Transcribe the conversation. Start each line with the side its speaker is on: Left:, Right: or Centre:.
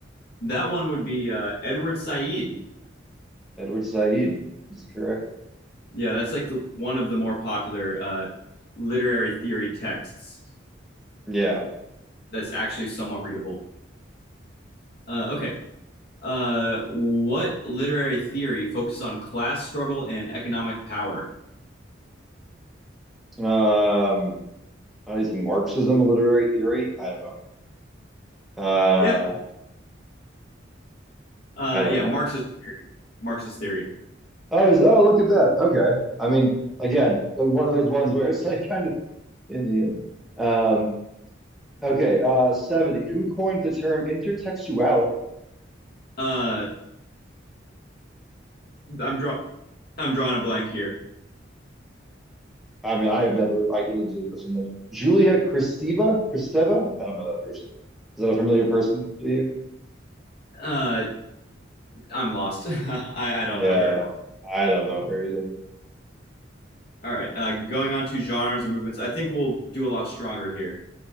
Left: That one would be uh, Edward Said.
Centre: Edward Said is correct.
Left: Yeah, that's like the one of the more popular uh, literary theory texts
Centre: Yeah.
Left: that's actually somewhat readable. Uh, okay. Uh, what literary theory focuses on class struggle and economic power?
Centre: Um, is Marxism a literary theory? I don't know. Uh,
Left: Yeah. Uh,
Centre: I don't
Left: yeah,
Centre: know.
Left: Marxist Marxist theory.
Centre: I was, oh, look at that. Okay. I mean, again, one of those ones where it's like kind of in the end. Um, okay. Uh, 70. Who coined the term intertextuality?
Left: Uh, I'm draw I'm drawing a blank here.
Centre: I mean, I have never, I can't even say the person's name. Julia Kristeva? Kristeva? I don't know that person. Is that a familiar person to you?
Left: Uh, I'm lost. <laughs> I, I don't
Centre: Yeah,
Left: know her.
Centre: I don't know her either.
Left: All right. Uh, going on to genres and movements, I think we'll do a lot stronger here.